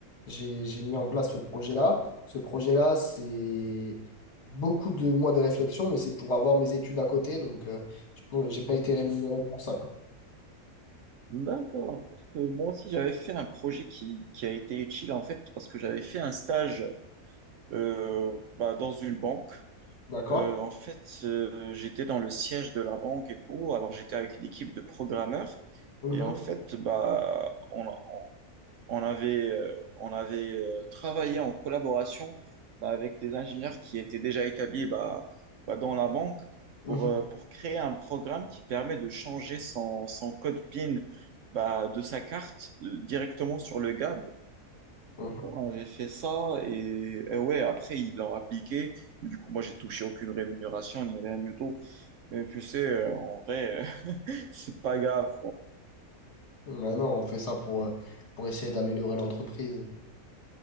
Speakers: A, on the left (about 50°); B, on the right (about 65°).
A: j'ai, j'ai mis en place ce projet-là. Ce projet-là, c'est beaucoup de mois de réflexion, mais c'est pour avoir mes études à côté. Donc euh, je n'ai pas été rémunéré pour ça.
B: D'accord, parce que moi aussi j'avais fait un projet qui, qui a été utile en fait parce que j'avais fait un stage euh, bah, dans une banque.
A: D'accord?
B: Euh, en fait, euh, j'étais dans le siège de la banque et tout, alors j'étais avec l'équipe de programmeurs
A: Mhm,
B: et en fait bah, on, on avait, euh, on avait euh, travaillé en collaboration bah, avec des ingénieurs qui étaient déjà établis bah, bah, dans la banque
A: mhm,
B: pour, euh, pour créer un programme qui permet de changer son, son code PIN bah, de sa carte euh, directement sur le GAB. Du
A: mhm.
B: coup, on avait fait ça et, et ouais, après, ils l'ont appliqué. Mais du coup, moi, j'ai touché aucune rémunération ni rien du tout. Mais tu sais, euh, en vrai, <laughs> c'est pas grave.
A: Mais non, on fait ça pour, euh, pour essayer d'améliorer l'entreprise.